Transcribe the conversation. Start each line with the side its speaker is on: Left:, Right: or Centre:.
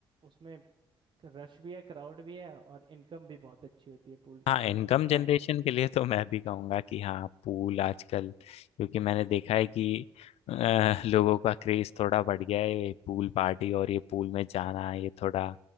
Right: उसमें रश भी है क्राउड भी है और इनकम भी बहुत अच्छी होती है पूल के
Left: हाँ
Right: कमाई
Left: इनकम जनरेशन
Right: काम में
Left: के लिए तो मैं भी कहूँगा कि हाँ पूल आजकल क्योंकि मैंने देखा है कि अ, लोगों का क्रेज थोड़ा बढ़ गया है ये पूल पार्टी और ये पूल में जाना ये थोड़ा